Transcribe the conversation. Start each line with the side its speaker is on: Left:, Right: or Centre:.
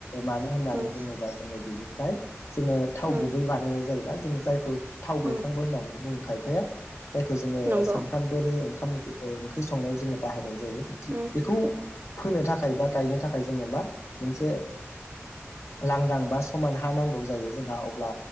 Left: मानो होननानै
Right: उम
Left: बुङोबा जोङो बेनि ओमफ्राय जोङो थाव
Right: उम
Left: गुबै
Right: उम
Left: बानायनाय जायोना जों जायखौ थाव गोथांबो
Right: उम
Left: होननानै बुंङो खायफाया जायखौ जोङो
Right: नंगौ
Left: सानफ्रामबोनि ओंखाम ओ ओंख्रि संनायाव जोङो बाहायनाय जायो
Right: उम
Left: बेखौ फोनो थाखाय बा गायनो थाखाय जोंनो मा मोनसे लांदां बा समान हा नांगौ जायो जोंहा अब्ला